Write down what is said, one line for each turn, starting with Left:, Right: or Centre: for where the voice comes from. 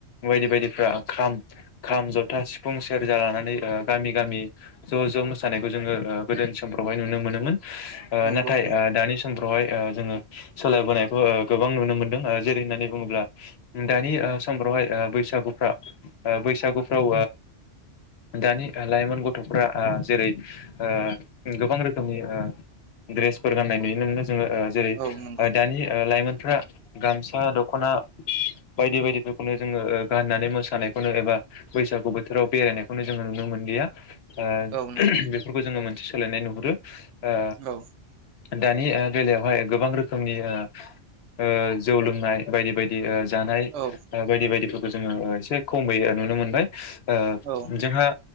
Left: बायदि बायदिफ्रा खाम खाम जथा सिफुं सेरजा लानानै गामि गामि ज' ज' मोसा नायखौ जोङो गोदो समफ्रावहाय नुनो मोनोमोन।
Right: नंगौ
Left: नाथाय ओ दानि समफ्रावहाय जोङो सोलायबोनायखौ गोबां नुनो मोनदों जेरै होननानै बुङोब्ला दानि समफ्रावहाय बैसागुफ्रा बैसागुफ्राव दानि लाइमोन गथ'फ्रा जेरै गोबां रोखोमनि द्रेसफोर गाननाय नुयो नो। ज जेरै
Right: औ नंगौ
Left: दानि लाइमोन फ्रारा गामसा दख'ना बायदि बायदिफोरखौनो जोङो गाननानै मोसानायखौनो एबा बैसागु बोथोराव बेरायनायखौनो जोङो नुनो मोनलिया। ओ
Right: औ नंगौ
Left: बेफोरखौ जोङो मोनथि सोलायनाय नुहुरो ओ
Right: औ
Left: दानि ओ बेलायावहाय ओ गोबां रोखोमनि ओ जौ लोंनाय बायदि बायदि जानाय
Right: औ
Left: बायदि बायदि जोङो एसे खमै नुनो मोनबाय ओ
Right: औ
Left: जोंहा